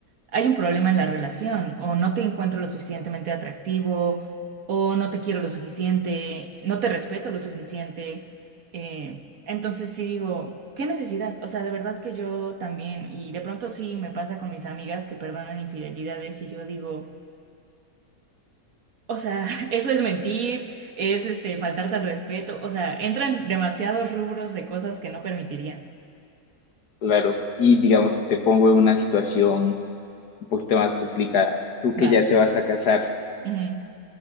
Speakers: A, on the right; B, on the left.
A: hay un problema en la relación, o no te encuentro lo suficientemente atractivo, o no te quiero lo suficiente, no te respeto lo suficiente. Eh, entonces sí digo, ¿qué necesidad? O sea, de verdad que yo también, y de pronto sí me pasa con mis amigas que perdonan infidelidades y yo digo... O sea, <laughs> eso es mentir, es este faltarte al respeto, o sea, entran demasiados rubros de cosas que no permitiría.
B: claro. Y digamos, te pongo en una situación un poquito más complicada. Tú que
A: Va.
B: ya te vas a casar,
A: Ujú.